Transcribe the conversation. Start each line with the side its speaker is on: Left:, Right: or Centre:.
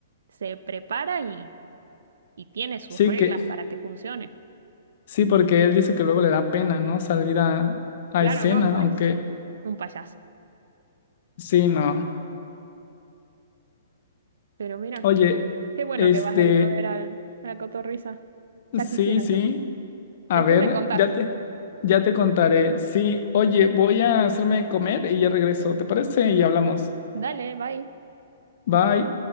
Right: se prepara y, y tiene sus
Left: Sí
Right: reglas
Left: que,
Right: para que funcione.
Left: sí, porque él dice que luego le da pena, ¿no? Salir a, a
Right: Claro,
Left: escena,
Right: no, no
Left: aunque
Right: es un payaso,
Left: sí, no.
Right: pero mira,
Left: Oye,
Right: qué bueno
Left: este,
Right: que vas a ir a ver al, a la cotorrisa. Ya
Left: sí,
Right: quisiera
Left: sí,
Right: yo.
Left: a
Right: Después
Left: ver,
Right: me contás.
Left: ya te, ya te contaré. Sí, oye, voy a hacerme comer y ya regreso, ¿te parece? Y hablamos.
Right: Dale, bye.
Left: Bye.